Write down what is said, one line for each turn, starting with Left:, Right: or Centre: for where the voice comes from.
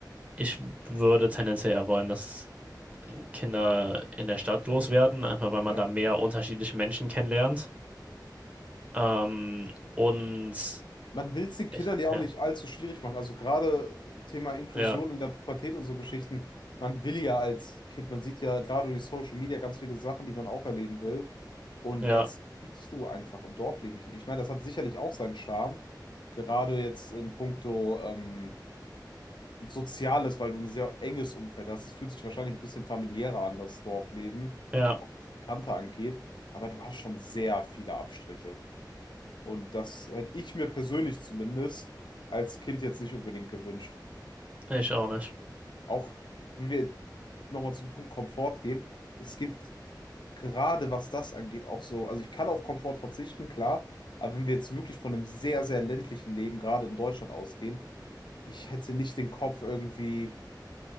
Right: ich würde tendenziell eher wollen, dass Kinder in der Stadt groß werden, einfach
Left: Ja.
Right: weil man da mehr unterschiedliche Menschen kennenlernt. Ähm, und
Left: Man will es den Kindern
Right: ich,
Left: ja
Right: ja,
Left: auch nicht allzu schwierig machen. Also gerade äh, Thema Inklusion
Right: ja,
Left: in der Pubertät und so Geschichten. Man will ja als Kind, man sieht ja gerade durch Social Media ganz viele Sachen, die man auch erleben will. Und
Right: ja,
Left: das kriegst du einfach im Dorfleben nicht hin. Ich meine, das hat sicherlich auch seinen Charme. Gerade jetzt in puncto ähm, Soziales, weil du ein sehr enges Umfeld hast. Es fühlt sich wahrscheinlich ein bisschen familiärer an, das Dorfleben,
Right: ja,
Left: auch was Bekannte angeht. Aber du hast schon sehr viele Abstriche. Und das hätte ich mir persönlich zumindest als Kind jetzt nicht unbedingt gewünscht.
Right: ich auch nicht.
Left: Auch wenn wir nochmal zum Punkt Komfort gehen, es gibt gerade was das angeht auch so, also ich kann auf Komfort verzichten, klar, aber wenn wir jetzt wirklich von einem sehr, sehr ländlichen Leben gerade in Deutschland ausgehen, ich hätte nicht den Kopf irgendwie